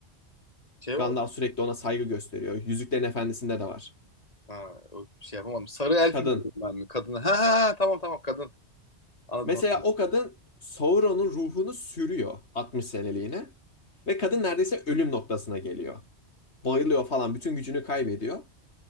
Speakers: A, on the left; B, on the left.
A: Şey
B: Gandalf
A: o.
B: sürekli ona saygı gösteriyor. Yüzüklerin Efendisi'nde de var.
A: Ha, o şey yapamadım. Sarı elfi
B: Kadın.
A: biliyorum ben mi? Kadını. Ha ha ha, tamam tamam kadın. Anladım.
B: Mesela
A: anladım.
B: o kadın Sauron'un ruhunu sürüyor 60 seneliğine. Ve kadın neredeyse ölüm noktasına geliyor. Bayılıyor falan. Bütün gücünü kaybediyor.